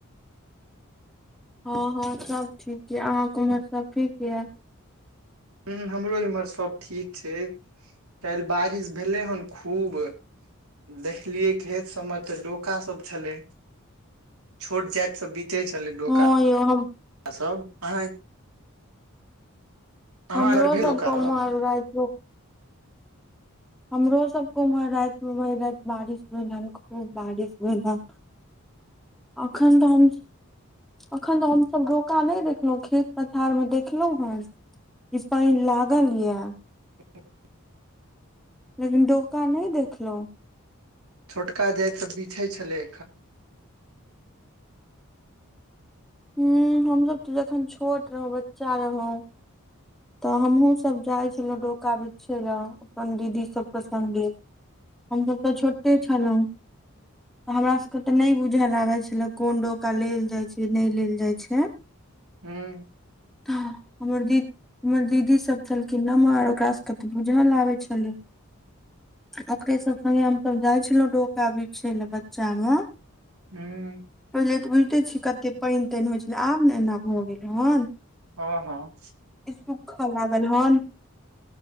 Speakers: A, in the centre; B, on the right.
A: हँ हँ सब ठीक ये अहाके उम्हर सब ठीक ये
B: ह हमरो इमहर सब ठीक छै काल बारिश भेले हन खूब देखलियै खेत सबमे तऽ डोका सब छलै छोट जाइत सब बीटे छलै डोका
A: हँ यौ हम
B: सब अह अहाँ
A: हमरो
B: एमहर भेल
A: सब
B: डोका
A: <unintelligible> गाँव आर राजो हमरो सबके उमहर राति मे भरि रात बारिश भेल हन खूब बारिश भेल हन अखेन त हम अखन तऽ हमसभ डोका नहि देखलहुँं खेत पथार मे देखलहु हेँ इ पाइन लागल या
B: हठ <inaudible>
A: लेकिन डोका नहि देखलहु
B: छोटका जात सब तऽ बीछे छलै
A: हु हमसब त जखन छोट रहौ बच्चा रहौ तऽ हमहुँ सब जाइ छलहुँ डोका बिछे लए अपन दीदी सबके सँगे हम सब तऽ छोटे छलहुँ हमरा सब के तऽ नहि बुझल आबे छले कोन डोका लेल जाय छै नहि लेल जाय छै
B: हूँ
A: ह हमर दीद हमर दीदी सब छलखिन नमहर ओकास सबके तऽ बुझल आबै छलै ओकरे सब संगे हम सब जाइ छलहुँ डोका बिछय लय बच्चा म
B: हूं
A: पहिले तऽ बुझिते छी कते पानि तानि होइ छलै आब ने एना भऽ गेल हन
B: हँ हँ
A: इ सुूखऽ भ गेल हन